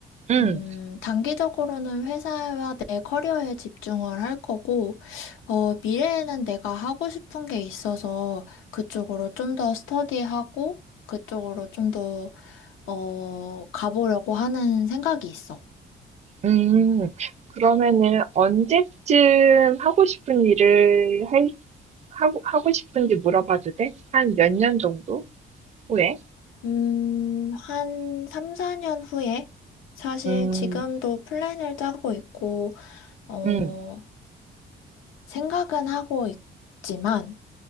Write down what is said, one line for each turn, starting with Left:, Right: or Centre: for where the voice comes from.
Right: 응,
Left: 음, 단기적으로는 회사와 내 커리어에 집중을 할 거고, 어, 미래에는 내가 하고 싶은 게 있어서 그쪽으로 좀 더 스터디하고, 그쪽으로 좀 더, 어, 가보려고 하는 생각이 있어.
Right: 음, 그러면은 언제쯤 하고 싶은 일을 할, 하고, 하고 싶은지 물어봐도 돼? 한 몇 년 정도 후에?
Left: 음, 한 3, 4년 후에? 사실
Right: 음,
Left: 지금도 플랜을 짜고 있고, 어,
Right: 음.
Left: 생각은 하고 있지만